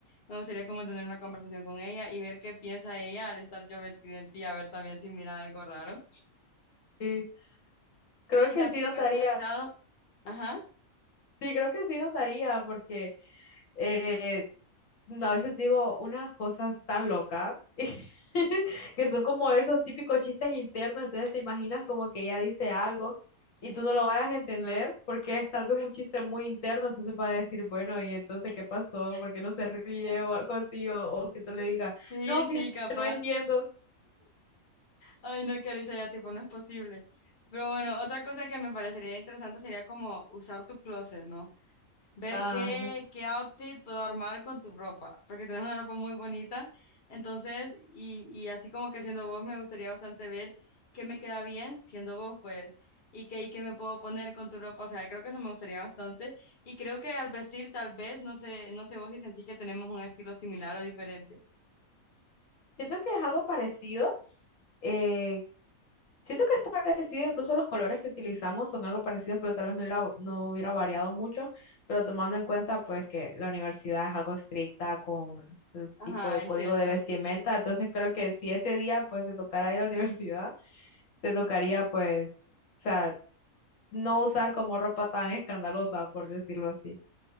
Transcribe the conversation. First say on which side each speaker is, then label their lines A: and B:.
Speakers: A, on the left; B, on the left.
A: Me gustaría como tener una conversación con ella y ver qué piensa ella al estar yo metida en ti, a ver también si mira algo raro.
B: Sí, creo
A: Y
B: que
A: también
B: sí notaría,
A: que me has comentado, ajá,
B: sí, creo que sí notaría, porque eh, no, a veces digo unas cosas tan locas <laughs> que son como esos típicos chistes internos, entonces te imaginas como que ella dice algo y tú no lo vayas a entender
A: ajá,
B: porque es tal vez un chiste muy interno, entonces vas a decir, bueno, ¿y entonces qué pasó? ¿Por qué no se ríe o algo así? O, o que tú le digas,
A: sí,
B: no, fíjate,
A: sí, capaz.
B: no entiendo.
A: Ay, no, Carissa, ya tipo, no es posible. Pero bueno, otra cosa que me parecería interesante sería como usar tu closet, ¿no? Ver
B: Ajá.
A: qué, qué outfit puedo armar con tu ropa, porque tienes una ropa muy bonita. Entonces, y, y así como que siendo vos, me gustaría bastante ver qué me queda bien siendo vos, pues, y qué, y qué me puedo poner con tu ropa. O sea, creo que eso me gustaría bastante. Y creo que al vestir, tal vez, no sé, no sé vos si sentís que tenemos un estilo similar o diferente.
B: Siento que es algo parecido. eh, Siento que es parecido, incluso los colores que utilizamos son algo parecidos, creo que tal vez no hubiera, no hubiera variado mucho, pero tomando en cuenta pues que la universidad es algo estricta con el
A: Ajá,
B: tipo de
A: es
B: código
A: cierto.
B: de vestimenta, entonces creo que si ese día pues te tocara ir a la universidad, te tocaría pues, o sea, no usar como ropa tan escandalosa, por decirlo así.